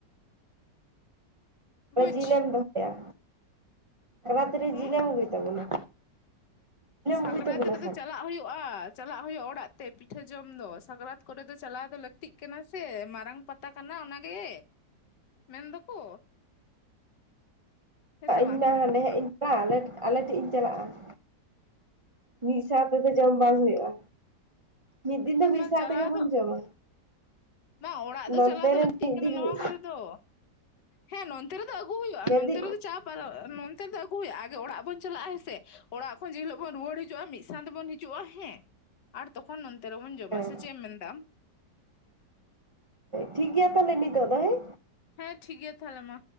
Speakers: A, on the left; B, on the right.
A: ᱵᱩᱡᱽ
B: ᱚᱱᱮ ᱡᱤᱞ ᱮᱢ <unintelligible> ᱛᱤᱨᱮ
A: ᱦᱩᱸ
B: ᱡᱤᱞ ᱮᱢ ᱟᱹᱜᱩᱭ ᱛᱟᱵᱚᱱᱟ? ᱡᱤᱞᱮᱢ
A: ᱥᱟᱠᱨᱟᱛ
B: ᱟᱹᱜᱩᱭ ᱛᱟᱵᱚᱱᱟ
A: ᱨᱮᱫᱚ
B: ᱥᱮ
A: ᱪᱟᱞᱟᱜ ᱦᱩᱭᱩᱜᱼᱟ ᱾ ᱪᱟᱞᱟᱜ ᱦᱩᱭᱩᱜᱼᱟ ᱚᱲᱟᱜ ᱛᱮ ᱯᱤᱴᱷᱟᱹ ᱡᱚᱢ ᱫᱚ ᱥᱟᱠᱨᱟᱛ ᱠᱚᱨᱮ ᱫᱚ ᱪᱟᱞᱟᱣ ᱫᱚ ᱞᱟᱹᱠᱛᱤᱜ ᱠᱟᱱᱟ ᱥᱮ ᱢᱟᱨᱟᱝ ᱯᱟᱛ ᱛᱟ ᱠᱟᱱᱟ ᱚᱱᱟᱜᱮ ᱢᱮᱱ ᱫᱚᱠᱚ ᱦᱮᱸ
B: ᱟᱧ
A: ᱥᱮ ᱵᱟᱝ
B: ᱢᱟ ᱦᱟᱸᱰᱮ ᱦᱟᱸᱜ ᱤᱧ ᱪᱟᱞᱟᱜᱼᱟ <inaudible> ᱟᱞᱮ ᱟᱞᱮ ᱴᱷᱮᱱ ᱤᱧ ᱪᱟᱞᱟᱜᱼᱟ ᱢᱤᱫ ᱥᱟᱶ ᱛᱮᱫᱚ ᱡᱚᱢ ᱵᱟᱝ ᱦᱩᱭᱩᱜᱼᱟ ᱢᱤᱫ ᱫᱤᱱ ᱫᱚ ᱢᱤᱫ
A: ᱵᱟᱝ
B: ᱥᱟᱶ
A: ᱪᱟᱞᱟᱣ
B: ᱛᱮᱜᱮ ᱵᱚᱱ
A: ᱫᱚ
B: ᱡᱚᱢᱟ
A: ᱵᱟᱝ ᱚᱲᱟᱜ
B: ᱱᱚᱱᱛᱮ
A: ᱫᱚ ᱪᱟᱞᱟᱣ ᱫᱚ
B: ᱨᱮ
A: ᱞᱟᱹᱠᱛᱤᱜ
B: ᱢᱤᱫ
A: ᱠᱟᱱᱟ
B: ᱫᱤᱱ
A: ᱱᱚᱣᱟ
B: ᱢᱤᱫ
A: ᱠᱚᱨᱮ ᱫᱚ ᱦᱮᱸ ᱱᱚᱱᱛᱮ ᱨᱮᱫᱚ ᱟᱹᱜᱩ ᱦᱩᱭᱩᱜᱼᱟ ᱱᱚᱱᱛᱮ
B: ᱫᱤᱱ
A: ᱨᱮᱫᱚ ᱪᱟᱯ ᱱᱚᱱᱛᱮ ᱫᱚ ᱟᱹᱜᱩ ᱦᱩᱭᱩᱜᱼᱟ ᱟᱜᱮ ᱚᱲᱟᱜ ᱵᱚᱱ ᱪᱟᱞᱟᱜᱼᱟ ᱦᱮ ᱥᱮ ᱚᱲᱟᱜ ᱠᱷᱚᱱ ᱡᱮ ᱦᱤᱞᱳᱜ ᱵᱚᱱ ᱨᱩᱣᱟᱹᱲ ᱦᱤᱡᱩᱜᱼᱟ ᱢᱤᱫ ᱥᱟᱶ ᱛᱮᱵᱚᱱ ᱦᱤᱡᱩᱜ ᱦᱤᱡᱩᱜᱼᱟ ᱦᱮᱸ ᱟᱨ ᱛᱚᱠᱷᱚᱱ ᱱᱚᱱᱛᱮ ᱨᱮᱵᱚᱱ ᱡᱚᱢᱟ
B: ᱦᱮᱸ
A: ᱥᱮ ᱪᱮᱫ ᱮᱢ ᱢᱮᱱᱫᱟ ᱟᱢ
B: ᱴᱷᱤᱠ ᱜᱮᱭᱟ ᱛᱟᱦᱚᱞᱮ ᱱᱤᱛᱚᱜ ᱫᱚ ᱦᱮᱸ
A: ᱦᱮᱸ ᱴᱷᱤᱠ ᱜᱮᱭᱟ ᱛᱟᱦᱚᱞᱮ ᱢᱟ